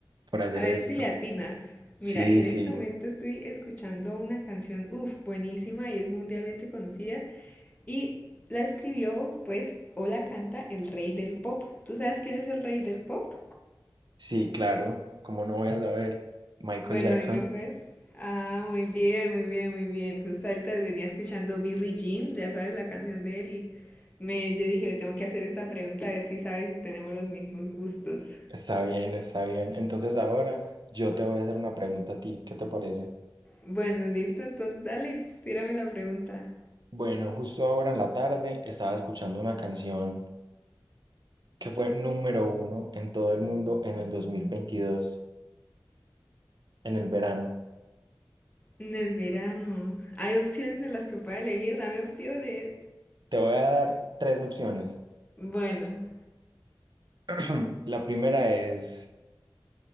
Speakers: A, on the right; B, on the left.
A: por hacer
B: A ver
A: esto.
B: si le atinas.
A: Sí,
B: Mira, en
A: sí,
B: este momento estoy escuchando una canción, uff, buenísima y es mundialmente conocida y la escribió, pues, o la canta el rey del pop. ¿Tú sabes quién es el rey del pop?
A: sí, claro. ¿Cómo no voy a saber? Michael
B: Bueno,
A: Jackson.
B: dime pues. Ah, muy bien, muy bien, muy bien. Justo ahorita venía escuchando Billie Jean, ya sabes la canción de él, y me, yo dije, tengo que hacer esta pregunta a ver si sabes si tenemos los mismos gustos.
A: Está bien, está bien. Entonces ahora yo te voy a hacer una pregunta a ti. ¿Qué te parece?
B: Bueno, listo, entonces dale, tírame la pregunta.
A: Bueno, justo ahora en la tarde estaba escuchando una canción que fue número uno en todo el mundo en el 2022 en el verano.
B: En el verano, hay opciones en las que pueda elegir, dame opciones.
A: Te voy a dar tres opciones.
B: Bueno,
A: <clears throat> La primera es